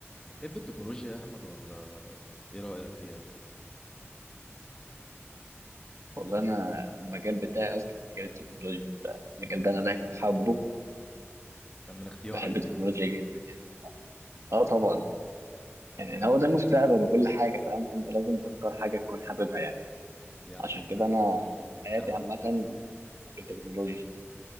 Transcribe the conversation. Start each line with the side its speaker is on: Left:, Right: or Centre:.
Left: بتحب التكنولوجيا يا أحمد ولا إيه رأيك فيها؟
Right: والله انا المجال بتاعي اصلا مجال التكنولوجيا المجال ده انا داخل
Left: مم،
Right: حابه
Left: كان من اختيارك
Right: بحب التكنولوجيا
Left: يعني
Right: جدا يعني اه طبعا يعني هو ده المستقبل وكل حاجه فاهم فانت لازم تختار حاجه تكون حاببها يعني
Left: هي على
Right: عشان
Left: فكرة
Right: كده انا
Left: مم،
Right: حياتي
Left: كان
Right: عامه مجال تكنولوجيا